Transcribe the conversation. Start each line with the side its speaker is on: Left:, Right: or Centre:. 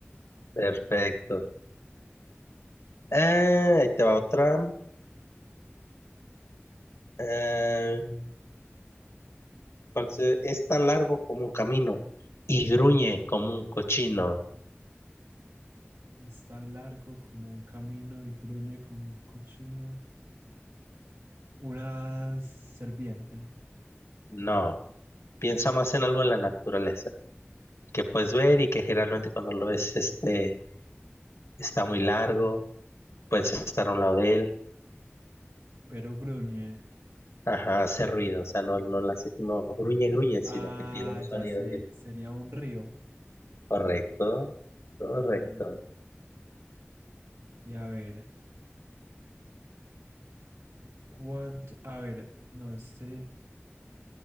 Left: perfecto. Ah, ahí te va otra. Ah, ¿cuál se- Es tan largo como un camino y gruñe como un cochino.
Right: Es tan largo como un camino y gruñe como un cochino. Una serpiente,
Left: No. Piensa más en algo en la naturaleza que puedes ver y que generalmente cuando lo ves, este está muy largo, puedes estar a un lado de él,
Right: pero gruñe.
Left: ajá, hace ruido, o sea, no, no, la, hace- no gruñe, gruñe, sino
Right: Ah,
Left: que tiene un sonido
Right: ya sé,
Left: bien.
Right: sería un río.
Left: Correcto, correcto.
Right: Bien. Y a ver, ¿cuánto? A ver, no, este,